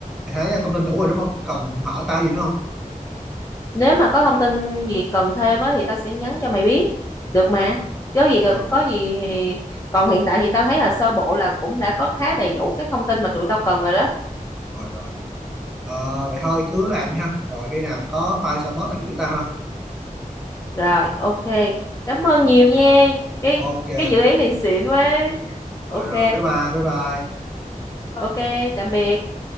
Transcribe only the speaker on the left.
nếu mà có thông tin gì cần thêm á thì tao sẽ nhắn cho mày biết. Được mà. Có gì
có gì thì còn hiện tại thì tao thấy là sơ bộ là cũng đã có khá đầy đủ các thông tin mà tụi tao cần rồi đó.
Rồi, ok. Cảm ơn
nhiều nha. Cái
cái dự án này xịn quá. Ok.
Ok, tạm biệt.